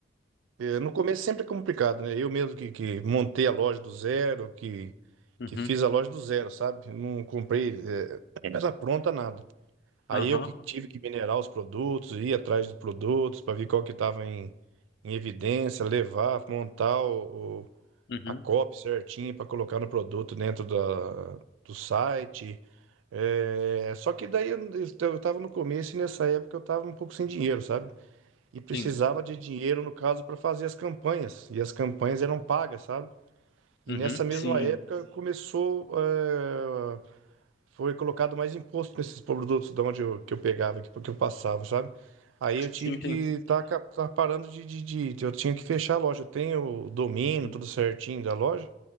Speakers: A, on the right; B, on the left.
A: é, no começo sempre é complicado, né? Eu mesmo que, que montei a loja do zero, que,
B: Uhum.
A: que fiz a loja do zero, sabe? Não comprei é, ela pronta, nada. Aí
B: Aham,
A: eu que tive que minerar os produtos, ir atrás de produtos para ver qual que estava em, em evidência, levar, montar o, o-
B: uhum,
A: a copy certinha para colocar no produto dentro da, do site. É, só que daí eu, eu tava no começo e nessa época eu tava um pouco sem dinheiro, sabe? E precisava
B: sim,
A: de dinheiro, no caso, para fazer as campanhas. E as campanhas eram pagas, sabe? E
B: uhum,
A: nessa mesma
B: sim,
A: época começou, é, foi colocado mais imposto nesses produtos de onde eu, que eu pegava, que, que eu passava, sabe? Aí eu tive
B: sim,
A: que
B: sim.
A: estar tá, ca- tá parando de, de, de- Eu tinha que fechar a loja. Eu tenho o domínio,
B: uhum.
A: tudo certinho da loja.